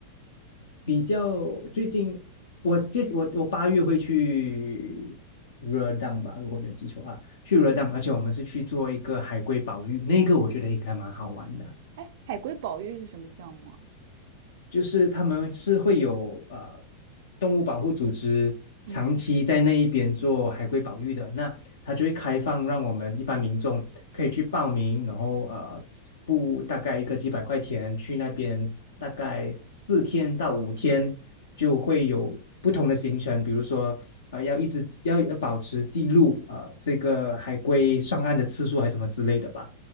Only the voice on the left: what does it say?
比较最近，我这我我八月会去热浪吧，如果没有记错啊，去热浪，而且我们是去做一个海龟保育，那个我觉得应该蛮好玩的。
就是他们是会有呃动物保护组织长期在那一边做海龟保育的，
那他就会开放让我们一般民众可以去报名，然后呃付大概一个几百块钱去那边，大概四天到五天就会有不同的行程，比如说呃要一直要要保持记录呃这个海龟上岸的次数还是什么之类的吧。